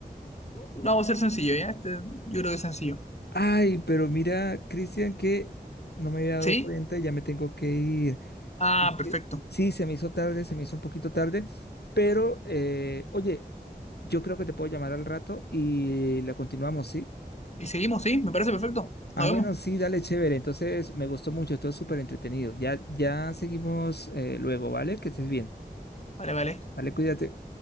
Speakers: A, on the left (about 40°); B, on the left (about 85°).
A: vamos a ser sencillo, ¿ya? Este, yo creo que es sencillo.
B: Ay, pero mira, Cristian, que no me había dado
A: ¿Sí?
B: cuenta y ya me tengo que ir.
A: Ah,
B: Es
A: perfecto.
B: que sí, se me hizo tarde, se me hizo un poquito tarde, pero eh, oye, yo creo que te puedo llamar al rato y la continuamos, ¿sí?
A: Y seguimos, ¿sí? Me parece perfecto.
B: Ah,
A: Nos
B: bueno,
A: vemos.
B: sí, dale, chévere. Entonces, me gustó mucho, estuvo súper entretenido. Ya, ya seguimos eh, luego, ¿vale? Que estés bien.
A: Vale, vale.
B: Dale, cuídate.